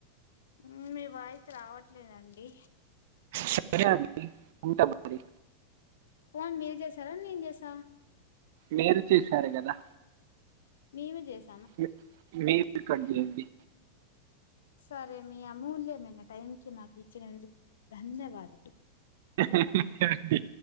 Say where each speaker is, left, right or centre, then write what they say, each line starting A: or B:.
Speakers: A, on the left; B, on the right.
A: మ్ మీ వాయిస్ రావట్లేదండి
B: సరే అండి ఉంట మరి
A: ఫోన్ మీరు చేసారా నేన్ చేసా
B: మీరు చేశారు గదా
A: నేనే చెస్
B: మి మీరే కట్ చేయండి
A: సరే మీ అమూల్యమైన టైంకిి నాకు ఇచ్చనందుకు ధన్యవాదాలు
B: ఓకే అండి